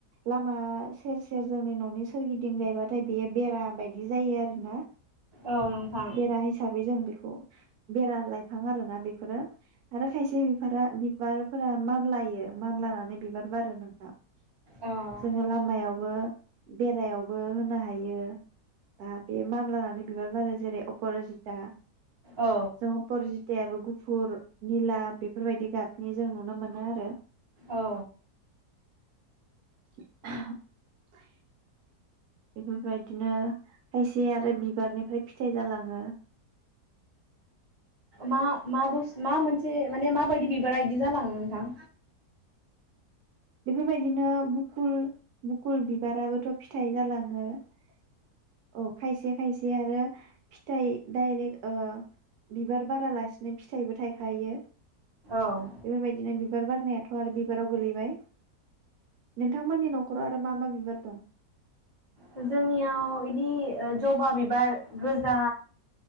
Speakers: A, on the right (about 70°); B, on the right (about 20°).
A: लामा सेर सेर जोंनि न'नि सोरगिदिं गायबाथाय बेयो बेरा बायदि जायो आरोना?
B: औ नोंथां
A: बेरा हिसाबै जों बेखौ बेरा लाइफां आरोना बेफोरो आरो खायसे बिफारा बिबारफोरा मानलायो मानलानानै बिबार बारो नोंथां।
B: औ
A: जोङो लामायावबो बेरायावबो होनो हायो बा बे मानलानानै बिबार बारो जेरै अपरजिता
B: औ
A: जों अपरजितायाबो गुफुर निला बेफोरबायदि गाबनि जों नुनो मोनो आरो।
B: औ।
A: <unintelligible> बेफोरबायदिनो खायसे आरो बिबारनिफ्राय फिथाइ जालाङो।
B: मा मा मा मोनसे माने माबायदि बिबारा बिदि जालाङो नोंथां?
A: बेफोरबायदिनो बुकुल बुकुल बिबाराबोथ फिथाइ जालाङो औ खायसे खायसे आरो फिथाइ डाइरेक्ट ओ बिबार बारालासिनो फिथाइबो थायखायो।
B: औ
A: बेफोरबायदिनो बि बिबार बारनायाथ आरो बि बिबाराव गोलैबाय नोंथांमोननि नखराव आरो मा मा बिबार दं?
B: जोंनियाव इदि ओ जबा बिबार गोजा